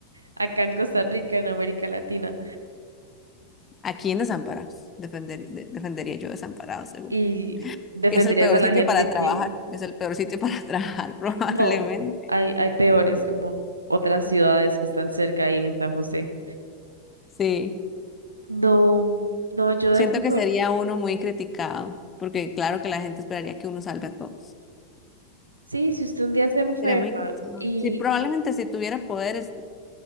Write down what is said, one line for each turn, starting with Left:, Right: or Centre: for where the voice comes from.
Right: acá en Costa Rica, en América Latina,
Left: Aquí en Desamparados, defender- de- defendería yo Desamparados, seguro.
Right: y defenderías
Left: Es el peor
Right: a la
Left: sitio
Right: gente
Left: para
Right: que
Left: trabajar, es el peor sitio para <laughs> trabajar, probablemente.
Right: no, hay, hay peores, como otras ciudades que están cerca ahí en San José.
Left: Sí,
Right: No, no, yo de
Left: siento
Right: fijo,
Left: que sería uno muy criticado, porque claro que la gente esperaría que uno salve a todos.
Right: sí, si usted un día se enferma
Left: Sería muy cansado.
Right: y
Left: Sí, probablemente si tuviera poderes,